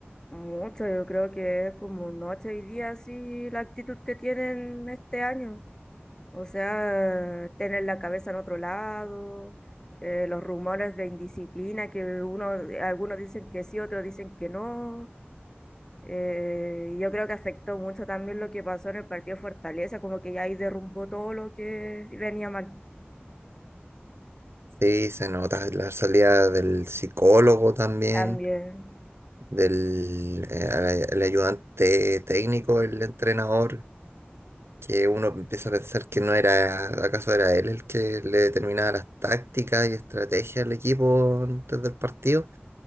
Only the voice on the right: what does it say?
Sí, se nota la salida del psicólogo también,
del eh, al- el ayudante técnico, el entrenador, que uno empieza a pensar que no era, acaso era él el que le determinaba las tácticas y estrategias al equipo antes del partido.